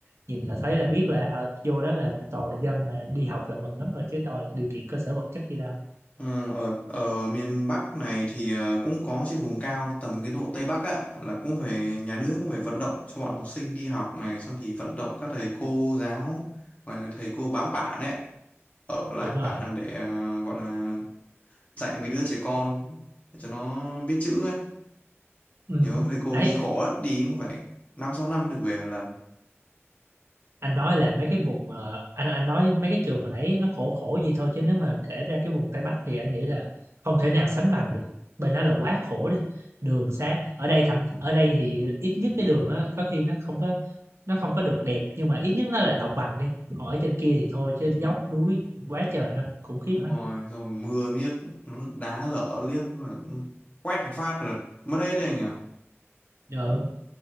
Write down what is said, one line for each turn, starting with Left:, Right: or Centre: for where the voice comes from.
Right: nhìn là thấy là biết là họ vô đó là toàn là dân mà đi học là mừng lắm rồi chứ đòi điều kiện cơ sở vật chất gì đâu
Left: Ờ, Ở, ở miền Bắc này thì ờ, cũng có trên vùng cao tầm cái độ Tây Bắc á là cũng phải nhà nước cũng phải vận động cho bọn học sinh đi học này xong thì vận động các thầy cô giáo gọi là thầy cô bám bản ấy ở lại
Right: đúng rồi
Left: bản để ờ, gọi là dạy mấy đứa trẻ con để cho nó biết chữ ấy
Right: ừ.
Left: nhớ thầy cô
Right: đấy
Left: đi khó lắm đi cũng phải năm sáu năm mới được về một lần
Right: anh nói là mấy cái vùng ờ, anh anh nói mấy cái trường hồi nãy nó khổ khổ gì thôi chứ nếu mà kể ra cái vùng Tây Bắc thì anh nghĩ là không thể nào sánh bằng được bên đó là quá khổ đi đường xá ở đây thậm chí- ở đây thì ít nhất cái đường á có khi nó không có nó không có được đẹp nhưng mà ít nhất nó là đồng bằng đi còn ở trên kia thì thôi chứ dốc núi quá trời ha khủng khiếp
Left: đúng
Right: ha
Left: rồi rồi mưa miếc nó đá lở liếc mà quét một phát là mất hết đấy anh nhỉ
Right: ừ.